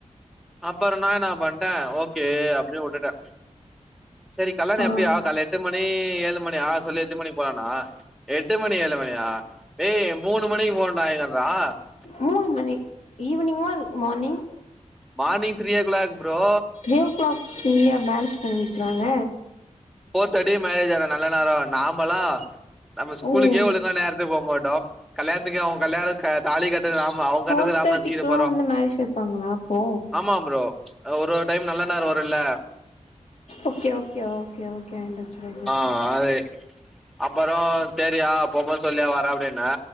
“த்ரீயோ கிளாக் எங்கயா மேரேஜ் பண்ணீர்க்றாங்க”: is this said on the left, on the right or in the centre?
Left